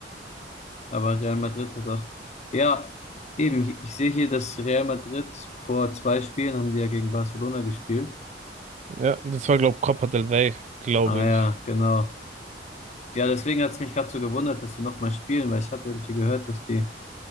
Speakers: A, on the left; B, on the right.
A: aber Real Madrid hat auch. Ja, eben, ich, ich sehe hier, dass Real Madrid vor zwei Spielen haben die ja gegen Barcelona gespielt.
B: Ja, das war, glaube ich, Copa del Rey, glaube
A: Ah ja,
B: ich.
A: genau. Ja, deswegen hat es mich gerade so gewundert, dass die nochmal spielen, weil ich hatte irgendwie gehört, dass die